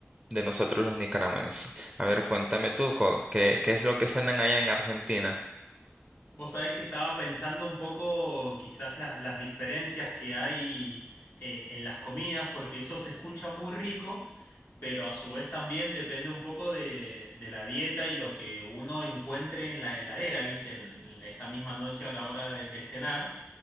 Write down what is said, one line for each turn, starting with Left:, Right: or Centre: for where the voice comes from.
Centre: de nosotros los nicaragüenses. A ver, cuéntame tú, co- ¿qué, qué es lo que cenan allá en Argentina?
Left: Vos sabés que estaba pensando un poco quizás las, las diferencias que hay eh, en las comidas, porque eso se escucha muy rico, pero a su vez también depende un poco de, de la dieta y lo que uno encuentre en la heladera, ¿viste? En la- esa misma noche a la hora de, de cenar.